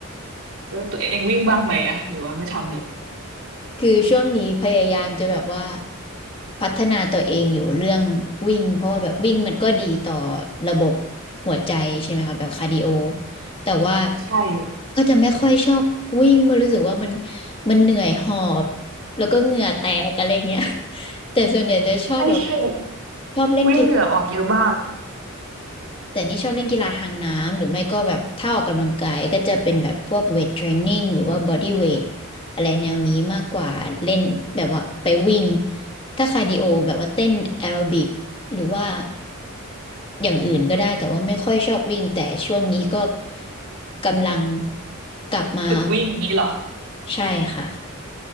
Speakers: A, on the right; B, on the left.
A: แล้วตัวเองวิ่งบ้างไหมอะหรือว่าไม่ทำเลย
B: คือช่วงนี้พยายามจะแบบว่าพัฒนาตัวเองอยู่เรื่องวิ่งเพราะว่าแบบวิ่งมันก็ดีต่อระบบหัวใจใช่ไหมคะแบบคาร์ดิโอแต่ว่า
A: ใช่
B: ก็จะไม่ค่อยชอบวิ่งเพราะรู้สึกว่ามันมันเหนื่อยหอบแล้วก็เหงื่อแตกอะไรเงี้ย <laughs> แต่ส่วนใหญ่จะชอบแบบ
A: ใช่ใช่
B: ชอบเล่นกีฬา
A: วิ่งเหงื่อออกเยอะมาก
B: แต่นี่ชอบเล่นกีฬาทางน้ำหรือไม่ก็แบบถ้าออกกำลังกายก็จะเป็นแบบพวกเวทเทรนนิ่งหรือว่าบอดี้เวทอะไรแนวนี้มากกว่าเล่นแบบว่าไปวิ่งถ้าคาร์ดิโอแบบว่าเต้นแอโรบิกหรือว่าอย่างอื่นก็ได้แต่ว่าไม่ค่อยชอบวิ่งแต่ช่วงนี้ก็กำลังกลับมา
A: ฝึกวิ่งอย่างนี้เหรอ
B: ใช่ค่ะ